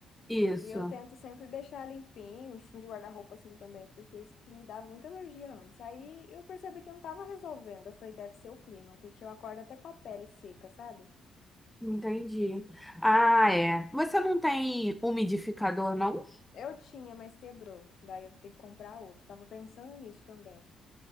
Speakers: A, in the centre; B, on the left.
A: Isso.
B: E eu tento sempre deixar limpinho, em cima de guarda-roupa, assim, também, porque isso que me dava muita alergia antes. Aí eu percebi que eu não tava resolvendo. Eu falei, deve ser o clima, porque eu acordo até com a pele seca, sabe?
A: Entendi. Ah, é. Você não tem umidificador, não?
B: Eu tinha, mas quebrou. Daí eu tenho que comprar outro. Tava pensando nisso também.